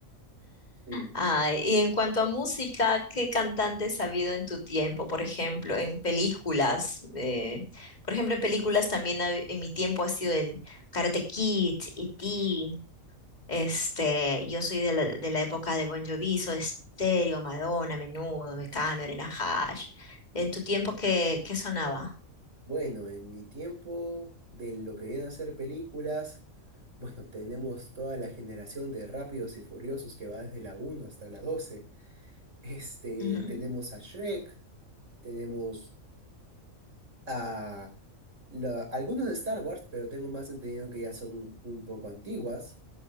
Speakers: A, on the right; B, on the left.
A: Sí.
B: Ay, y en cuanto a música, ¿qué cantantes ha habido en tu tiempo? Por ejemplo, en películas. eh, por ejemplo, en películas también ha- en mi tiempo ha sido el Karate Kid, E.T. Este, yo soy de la, de la época de Bon Jovi, Soda Stereo, Madonna, Menudo, Mecano, Irene Hash. ¿En tu tiempo qué, qué sonaba?
A: Bueno, en mi tiempo de lo que viene a ser películas, <laughs> bueno, tenemos toda la generación de Rápidos y Furiosos que va desde la uno hasta la 12. Este,
B: Ujú.
A: tenemos a Shrek, tenemos a la- algunos de Star Wars, pero tengo más entendido que ya son un poco antiguas.